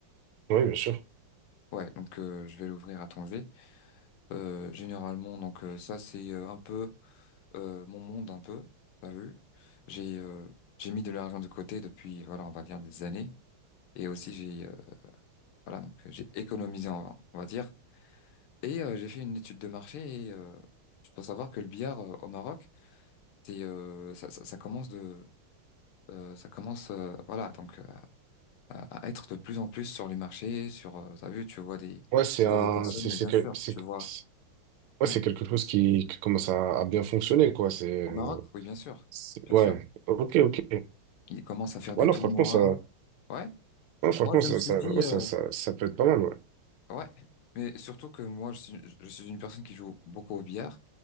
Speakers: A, on the right; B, on the left.
A: Oui, bien sûr.
B: Ouais, donc euh, je vais l'ouvrir à Tanger. Euh, généralement, donc euh, ça c'est euh, un peu euh, mon monde un peu. T'as vu? J'ai euh, j'ai mis de l'argent de côté depuis voilà on va dire des années et aussi j'ai euh, voilà donc euh, j'ai économisé on va, on va dire et euh, j'ai fait une étude de marché et euh, je dois savoir que le billard euh, au Maroc c'est euh, ça, ça, ça commence de euh, ça commence euh, voilà donc euh, à à être de plus en plus sur les marchés, sur, euh, t'as vu, tu vois des, tu
A: Ouais, c'est un...
B: vois des personnes,
A: C'est
B: mais
A: c'est
B: bien
A: que...
B: sûr,
A: c'est-
B: tu vois,
A: c'est- Ouais,
B: oui,
A: c'est quelque chose qui, qui commence à, à bien fonctionner, quoi. C'est...
B: au
A: euh,
B: Maroc, oui, bien sûr,
A: C'est-
B: bien
A: Ouais,
B: sûr.
A: ok, ok.
B: Ils commencent à faire des
A: Ouais, non,
B: tournois,
A: franchement, ça,
B: ouais.
A: ouais, franchement,
B: Moi,
A: ça,
B: je me suis
A: ça,
B: dit,
A: ouais, ça,
B: euh,
A: ça, ça peut être pas mal, ouais.
B: ouais, mais surtout que moi, je suis, je suis une personne qui joue beaucoup au billard